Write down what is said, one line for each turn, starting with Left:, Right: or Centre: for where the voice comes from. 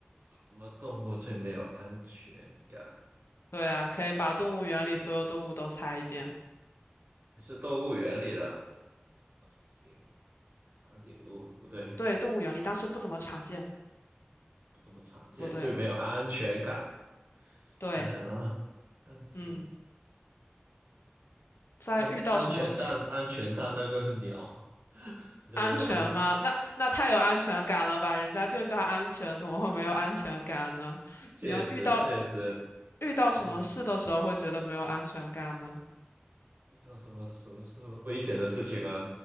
Right: 什么动物最没有安全感？
Left: 对啊，可以把动物园里所有动物都猜一遍。
Right: 你是动物园里的行行，长颈鹿不对，
Left: 对，动物园里，但是不怎么常见。
Right: 不怎么常见，
Left: 不对，
Right: 最没有安全感。
Left: 对，
Right: 想想啊，安全
Left: 嗯，在遇到什么事
Right: 安安全蛋，安全蛋那个鸟，<laughs> 这都叫安全，
Left: 安全吗？那那太有安全感了吧？人家就叫安全，怎么会没有安全感呢？
Right: 确实确实，
Left: 你要遇到遇到什么事的时候会觉得没有安全感呢？
Right: 嗯，遇到什么什么时候危险的事情啊，